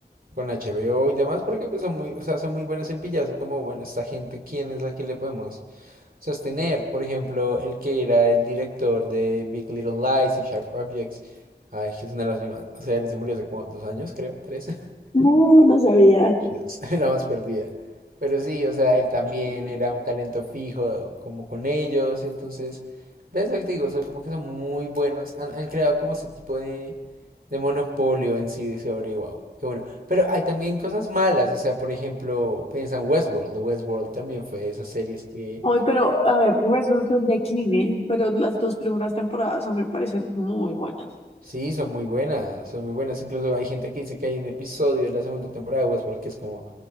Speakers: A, on the right (about 55°); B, on the left (about 35°).
A: con HBO y demás, porque pues son muy, o sea, son muy buenas en pillarse, como, bueno, esta gente, ¿quién es la que le podemos sostener? Por ejemplo, el que era el director de Big Little Lies y Sharp Objects, ay, que es una de las mismas, o sea, él se murió hace como dos años, creo, tres, <laughs>
B: No, no sabía.
A: <laughs> la más perdida. Pero sí, o sea, él también era un talento fijo como con ellos, entonces, ¿ves lo que te digo? O sea, como que son muy buenos, han, han creado como ese tipo de, de monopolio en sí de sobre wow, qué bueno. Pero hay también cosas malas, o sea, por ejemplo, piensa en Westworld, Westworld también fue de esas series que
B: Hoy, pero a ver, Westworld fue un decline, pero las dos primeras temporadas a mí me parecen muy buenas.
A: sí, son muy buenas, son muy buenas, incluso hay gente que dice que hay un episodio de la segunda temporada de Westworld que es como